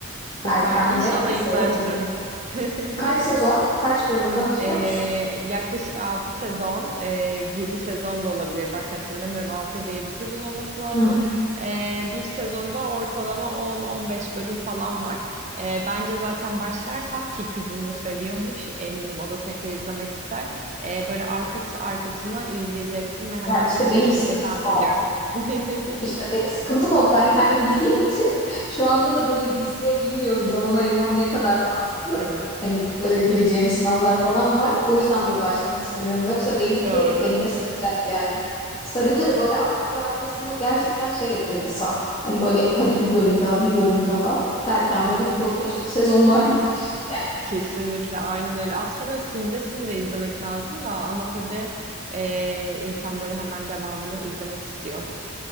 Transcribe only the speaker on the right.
Süper.
İnşallah
izlersin. <laughs>
Ee,
yaklaşık 6 sezon, e, 7 sezon da olabilir. Bak hatırlamıyorum 6 ya da 7 sezon olması lazım.
Ee, bir sezonda ortalama 10-15 bölüm falan var. Ee, bence zaten başlarsan ki kızını da seviyormuş. Eminim o da tekrar izlemek ister. Ee, böyle arkası arkasına izleyeceksin ve hemen
bitirsin
diye tahmin
ediyorum. <laughs>
Evet,
doğru.
<laughs>
Kesinlikle aynen öyle. Aslında böyle sindire sindire izlemek lazım da ama tabii e, insan böyle hemen devamını izlemek istiyor.